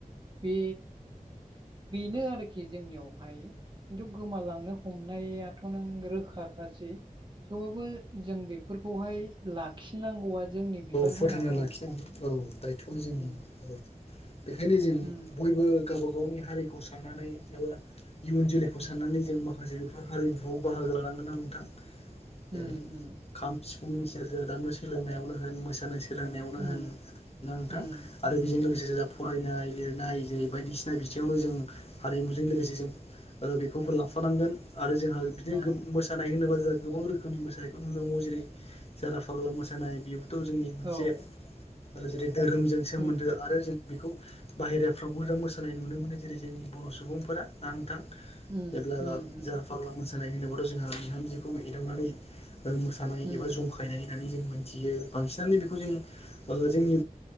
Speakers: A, on the right; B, on the left.
A: बे बेनो आरोखि जोंनियावहाय खिन्थु गोमालांनो हमनायाथ' नों रोखा खासै थेवबो जों बेफोरखौहाय लाखि नांगौआ जोंनि बिबान
B: फोथांना
A: होननानै
B: लाखिनांगोन
A: आं सानो
B: औ दायथ'आ जोंनि
A: उम
B: औ बेखायनो जों
A: उम
B: बयबो गावबा गावनि हारिखौ साननानै एबा इयुन जोलैखौ साननानै जों माखासे बेफोर हारिमुफ्राव बाहागो लानांगोन ना नोंथां। जेरै
A: उम
B: खाम सिफुंनि सेरजा दामनो सोलोंनायावनो होन मोसानाय सोलोंनायावनो
A: उम
B: होन ना नोंथां
A: उम
B: आरो बेजों लोगो से जा फरायनाय लिरनाय जेरै बायदिसिना बिथिङावनो जों हारिमुजों लोगोसे जों ओ बेखौबो लाफानांगोन आरो जोंहा बिदिनो
A: उम
B: मोसानाय होनोबा जोंहा गोबां रोखोम रोखोमनि मोसानायखौ नुनो मोनबावो जेरै जारा फाग्ला मोसानाय बेबोथ' जोंनि मोनसे
A: ओ औ
B: ओ जेरै धोरोमजों सोमोन्दो
A: उम
B: आरो जों बेखौ बाहेराफ्रावबो जों मोसानाय नुनो मोनो जेरै जोंनि बर' सुबुंफोरा ना नोंथां
A: उम
B: जेब्ला
A: उम
B: ओ जारा फाग्ला मोसानाय होनोब्लाथ' जोंहा बिहामजोखौ एदावनानै मोसानाय
A: उम
B: एबा जुमखायनाय होननानै जों मोनथियो बांसिनानो बेखौ जों ओ जोंनि